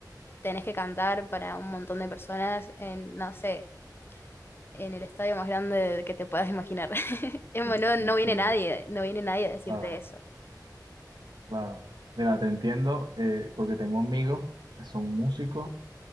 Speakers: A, on the left; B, on the right.
A: tenés que cantar para un montón de personas en, no sé en el estadio más grande que te puedas imaginar. <laughs> Es
B: Sí,
A: bueno,
B: sí,
A: no viene
B: claro,
A: nadie, no viene nadie a decirte
B: claro,
A: eso.
B: claro. Mira, te entiendo, eh, porque tengo amigos que son músicos